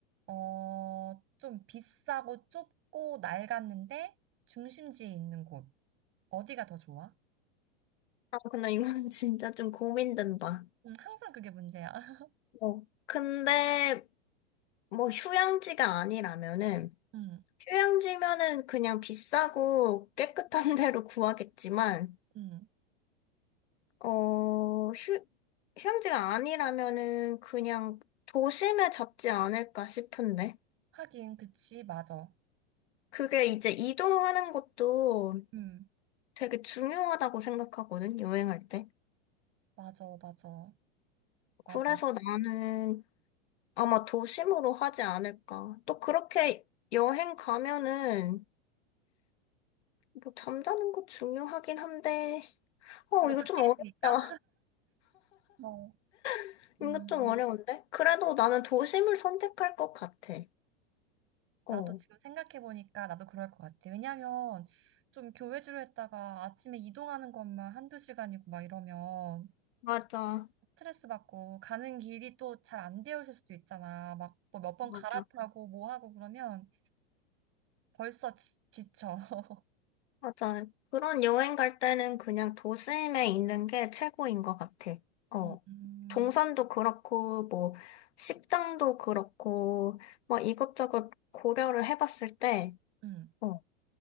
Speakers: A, on the right; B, on the left.
A: 어, 좀 비싸고 좁고 낡았는데 중심지에 있는 곳. 어디가 더 좋아?
B: 아, 근데 이건 <laughs> 진짜 좀 고민된다.
A: 음, 항상 그게 문제야. <laughs>
B: 어. 근데 뭐 휴양지가 아니라면은
A: 음,
B: 휴양지면은 그냥 비싸고 깨끗한 <laughs> 데로 구하겠지만
A: 음.
B: 어, 휴, 휴양지가 아니라면은 그냥 도심에 잡지 않을까 싶은데
A: 하긴, 그치, 맞아.
B: 그게 이제 이동하는 것도
A: 음,
B: 되게 중요하다고 생각하거든, 여행할 때.
A: 맞아, 맞아, 맞아.
B: 그래서 나는 아마 도심으로 하지 않을까. 또 그렇게 여행 가면은 뭐 잠자는 거 중요하긴 한데, 어,
A: 주로
B: 이거
A: 밖에
B: 좀 어렵다.
A: 있으니까. 어.
B: <laughs>
A: 음,
B: 이거 좀 어려운데? 그래도 나는 도심을 선택할 것 같아.
A: 나도
B: 어,
A: 지금 생각해보니까 나도 그럴 것 같아. 왜냐면 좀 교회주로 했다가 아침에 이동하는 것만 한두 시간이고 막 이러면
B: 맞아.
A: 스트레스 받고 가는 길이 또 잘 안 되어 있을 수도 있잖아. 막 뭐 몇 번
B: 맞아.
A: 갈아타고 뭐 하고 그러면 벌써 지, 지쳐. <laughs>
B: 맞아. 그런 여행 갈 때는 그냥 도심에 있는 게 최고인 것 같아. 어.
A: 음, 음,
B: 동선도 그렇고, 뭐, 식당도 그렇고, 뭐 이것저것 고려를 해봤을 때,
A: 음.
B: 어,